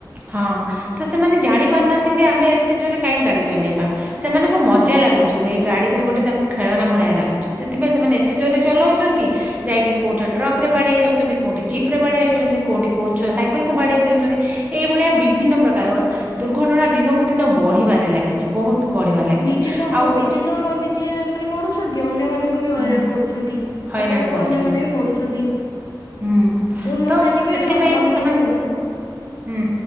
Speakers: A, on the right; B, on the left.
A: ହଁ ତ ସେମାନେ ଜାଣିପାରୁନାହାନ୍ତି ଯେ ଆମେ ଏତେ ଜୋରେ କାହିଁକି ଗାଡି ଚଲେଇବା। ସେମାନଙ୍କୁ ମଜା ଲାଗୁଛି ୱେ ଗାଡିକୁ ଗୋଟେ ତାଙ୍କୁ ଖେଳନା ଭଳିଆ ଲାଗୁଛି। ସେଥିପାଇଁ ସେମାନେ ଏତେ ଜୋରରେ ଚଲଉଛନ୍ତି ଯାଇକି କୋଉଠି ଟ୍ରକ ରେ ବାଡେଇ ହେଇଯାଉ କୋଉଠି ଜିପ୍ ରେ ବାଡେଇ ହେଇଯାଉଛନ୍ତି, କୋଉଠି କୋଉ ଛୁଆ ସାଇକଲକୁୁ ବାଡେଇ ଦେଉଚନ୍ତି, ଏଇଭଳିଆ ବିଭିନ୍ନ ପ୍ରକାର ଦୁର୍ଘଟଣା ଦିନକୁ ଦିନ ବଢିବାରେ ଲାଗିଛି। ବହୁତ ବଢିବାରେ ଲାଗିଛି
B: ନିଜେ ତ ହ
A: ଆଉ
B: ନିଜେ ତ ନିଜେ ମାନେ ମରୁଛନ୍ତି ଅନ୍ୟମାନଙ୍କୁ ନଙ୍କୁ ବି ହଇରାଣ
A: ହୁଁ
B: କରୁଛନ୍ତି,
A: ହଇରାଣ
B: ତାଙ୍କ ଯୋଗୁ
A: କରୁଛନ୍ତି
B: ଅନ୍ୟମାନେ ବି ମରୁଛନ୍ତି।
A: ହୁଁ
B: ଭୁଲ ନଥାଇକି
A: ତ
B: ବି
A: ସେଥିପାଇଁ
B: ଅ-ଅନେକ
A: ସେମାନେ
B: ଲୋକ ମରୁଛନ୍ତି।
A: ହୁଁ